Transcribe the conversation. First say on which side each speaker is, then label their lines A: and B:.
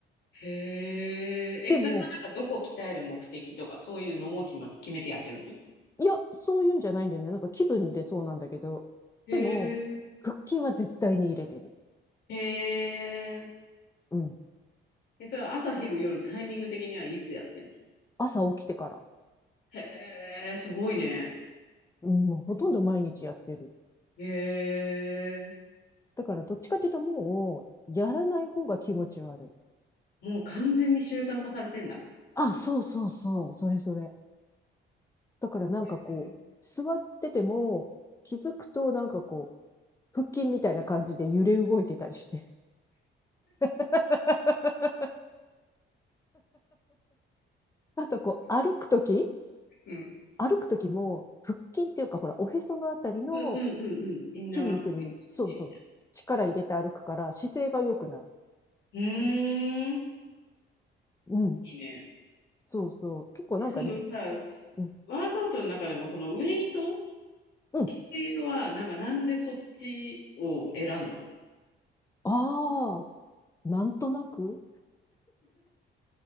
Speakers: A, on the left (about 60°); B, on the left (about 15°).
A: へえ、え、
B: でも、
A: それはなんかどこ鍛える目的とか、そういうのも決ま、決めてやってるの
B: いや、そういうんじゃないんだよね。なんか気分でそうなんだけど。
A: へ
B: でも、
A: え、
B: 腹筋は絶対に入れてる。
A: へえ、
B: うん。
A: え、それは朝昼夜タイミング的にはいつやってんの
B: 朝起きてから。
A: へえ、すごいね。
B: うん、もうほとんど毎日やってる。
A: へえ、
B: だからどっちかっていうともう、やらない方が気持ち悪い。
A: もう完全に習慣化されてんだ。
B: あ、そうそうそう。それそれ。だからなんかこう、
A: へえ
B: 座ってても、気づくとなんかこう、腹筋みたいな感じで揺れ動いてたりして。<laughs> あとこう、歩くとき
A: うん。
B: 歩くときも、腹筋っていうか、ほら、おへそのあたりの
A: うんうんうんうん。インナーマッスル意識して。
B: 筋肉に、そうそう、力入れて歩くから姿勢が良くなる。
A: うーん。
B: うん。
A: いいね。
B: そうそう。結構なんかね、
A: え、そのさ、すワークアウトの中でもそのウェイト
B: うん。うん。
A: 系は、なんかなんでそっちを選んだの
B: ああ、なんとなく